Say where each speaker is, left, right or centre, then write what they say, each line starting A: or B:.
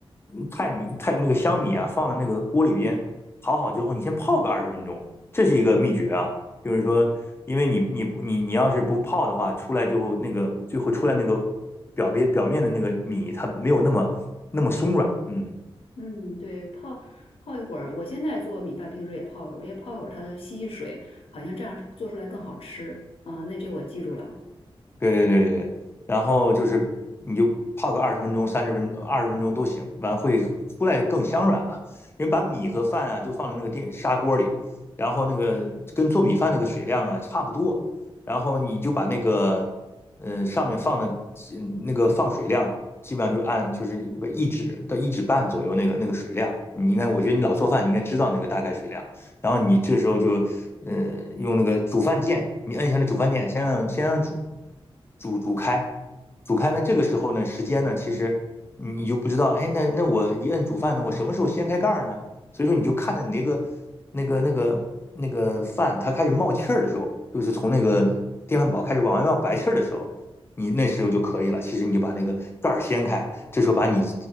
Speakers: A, on the left; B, on the left.
A: 泰米泰那个香米啊，放在那个锅里边淘好之后，你先泡个二十分钟，这是一个秘诀啊，就是说，因为你你你你要是不泡的话，出来之后那个最后出来那个表边表面的那个米，它没有那么那么松软，嗯。
B: 嗯，对，泡泡一会儿，我现在做米饭，平时也泡一会儿，因为泡一会儿它吸吸水，好像这样做出来更好吃。啊、那这我记住了。
A: 对对对对对，然后就是你就泡个二十分钟、三十分二十分钟都行，完会出来更香软吧。因为把米和饭啊就放在那个电砂锅里，然后那个跟做米饭那个水量啊差不多，然后你就把那个呃上面放的嗯那个放水量，基本上就按就是一指到一指半左右那个那个水量。你应该，我觉得你老做饭，你应该知道那个大概水量。然后你这时候就呃用那个煮饭键，你摁一下那煮饭键，先让先让煮煮煮开，煮开呢这个时候呢时间呢其实你就不知道，哎那那我一摁煮饭呢，我什么时候掀开盖儿呢？所以说你就看着你那个那个那个那个饭它开始冒气儿的时候，就是从那个电饭煲开始往外冒白气儿的时候，你那时候就可以了。其实你就把那个盖儿掀开，这时候把你